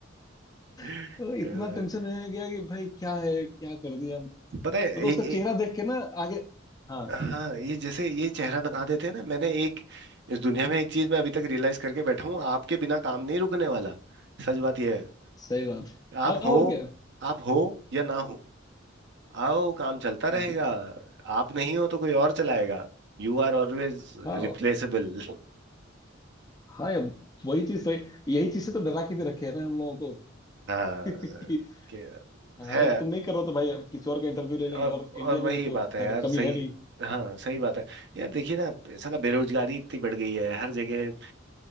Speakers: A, on the right; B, on the left.
A: <laughs>
B: <laughs> इतना टेंशन में आ गया कि भाई क्या है क्या कर दिया मतलब
A: पता है
B: उसका
A: एक, एक
B: चेहरा देख के ना आगे हाँ
A: हाँ ये जैसे ये चेहरा बना देते हैं ना मैंने एक इस दुनिया में एक चीज मैं अभी तक रियलाइज करके बैठा हूँ आपके बिना काम नहीं रुकने वाला सच बात यह है
B: सही बात है।
A: आप
B: हाँ
A: हो
B: और क्या
A: आप हो या ना हो आओ काम चलता रहेगा
B: बिल-
A: आप नहीं हो तो कोई और चलाएगा You are always replaceable
B: हाँ और-
A: <laughs>
B: हाँ यार वही चीज सही यही चीज से तो डरा के भी रखे हैं ना हम लोगों को
A: हाँ
B: <laughs> कि
A: के
B: हाँ,
A: है
B: अगर तुम नहीं करो तो भाई किसी और का इंटरव्यू ले लेंगे
A: और और
B: और इंडिया
A: वही
B: में तो
A: बात
B: खैर
A: है यार
B: कमी
A: सही
B: है
A: हाँ सही बात है यार देखिए ना साला बेरोजगारी इतनी बढ़ गई है हर जगह